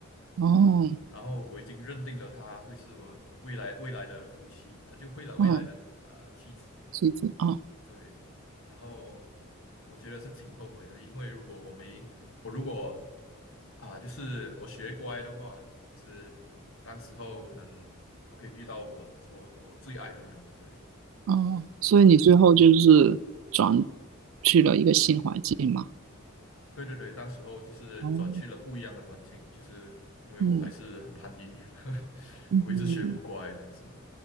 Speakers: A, on the right; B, on the left.
A: 哦
B: 然后我已经认定了她会是我未来未来的夫妻啊、呃就未来未来的呃妻子。
A: 哦，谢谢哦
B: 对，然后我觉得是挺后悔的，因为如果我没我如果啊、就是我学乖的话，其实当时候可能我可以遇到我我我最爱的人，对，
A: 哦，所以你最后就是转
B: 这样子的意思。
A: 去了一个新环境嘛？
B: 对对对，当时候就是转去了不一样的环境，
A: 哦，
B: 就是因为我还是很叛逆，
A: 嗯
B: <laughs>
A: 嗯嗯
B: 我一直学不乖这样子。